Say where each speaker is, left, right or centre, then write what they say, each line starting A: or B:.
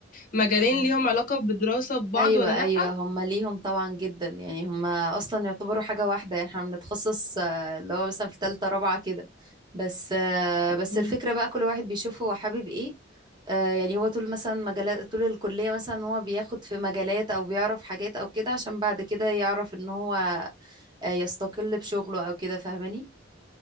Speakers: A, on the left; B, on the right.
A: المجالين
B: اه
A: ليهم علاقه بدراسه ببعض
B: ايوه
A: ولا لا
B: ايوه هما ليهم طبعا جدا يعني هما اصلا يعتبروا حاجة واحدة يعني احنا بنتخصص آه، اللي هو مثلا في تالتة رابعة كده بس آه، بس
A: مم.
B: الفكرة بقى كل واحد بيشوف هو حابب ايه آه، يعني هو طول مثلا مجالات طول الكلية مثلا هو بياخد في مجالات او بيعرف حاجات او كده عشان بعد كده يعرف ان هو آه، يستقل بشغله او كده فاهماني